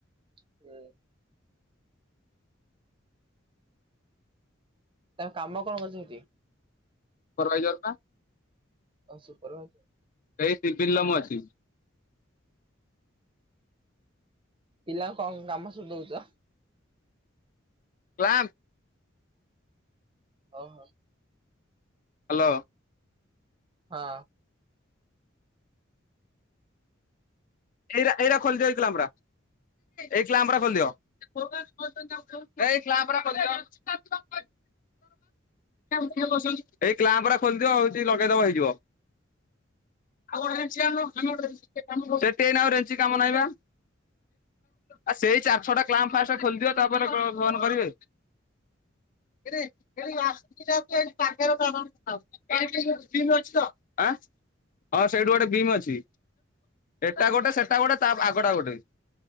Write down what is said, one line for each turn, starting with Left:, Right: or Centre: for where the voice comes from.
Right: <unintelligible> ତା କାମ କଣ କରୁଛି ହେଠି?
Left: ସୁପରଭାଇଜର ପା
Right: ଆଉ ସୁପରଭାଇଜର।
Left: <unintelligible>
Right: ପିଲା କଣ ନାମ ସବ ଦଉଛ।
Left: କ୍ଲାମ୍
Right: ଓ ହୋ
Left: ହ୍ୟାଲୋ।
Right: ହଁ।
Left: ଏଇ ଏରା ଖୋଲିଦିଅ ଏଇ କ୍ଲାମ୍ପରା। ଏଇ କ୍ଲାମ୍ପ ରା ଖୋଲିଦିଅ, ଭାଇ ଏଇ କ୍ଲାମ୍ପ ରା ଖୋଲି ଦିଅ। ଭିତରଟା <unintelligible> ଏଇ କ୍ଲାମ୍ପ ରା ଖୋଲିଦିଅ ହଉଚି ଲଗେଇଦବ ହେଇଯିବ। ଆଉ ଗୋଟେ ରେଞ୍ଚି ଆଣିଲ ଆଣିଲ ଗୋଟେ ରେଞ୍ଚି ଟିକେ କାମ ସେଠି ଏଇନା ଆଉ ରେଞ୍ଚି କାମ ନାହିଁ ବା। ଆ ସେଇ ଚାରି ଛଅ ଟା କ୍ଲାମ୍ପ ଫାଷ୍ଟ୍ ଖୋଲିଦିଅ ତାପରେ କଣ ଫୋନ୍ କରିବେ? <unintelligible> କିରେ ସେଠି ଆସୁଛି ଯଦି ସେଠି ପାଖରେ ଟାଣ <unintelligible> ବିମ୍ ଅଛି ତ, ଆଁ? ହଁ ସେଇଠୁ ଗୋଟେ ବିମ୍ ଅଛି। ଏଟା ଗୋଟେ ସେଟା ଗୋଟେ ତା ଆଗଟା ଗୋଟେ।